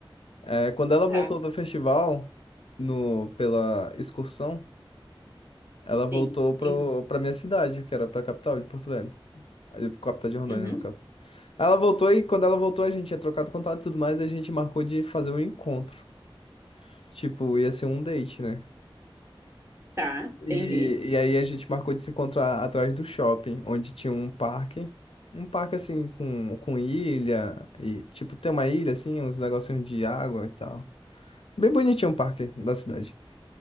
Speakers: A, on the left; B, on the right.
A: É, quando ela voltou
B: Tá,
A: do festival no pela excursão, ela voltou
B: sim.
A: pro,
B: Entendi.
A: pra minha cidade, que era pra capital de Porto Velho, Aí, capital de Rondônia
B: Uhum.
A: no caso. Aí Ela voltou e quando ela voltou a gente tinha trocado contato e tudo mais, e a gente marcou de fazer um encontro. Tipo, ia ser um date, né?
B: Tá,
A: E,
B: entendi.
A: e aí a gente marcou de se encontrar atrás do shopping, onde tinha um parque. Um parque assim com, com ilha e tipo tem uma ilha assim, uns negocinhos de água e tal. Bem bonitinho o parque da cidade.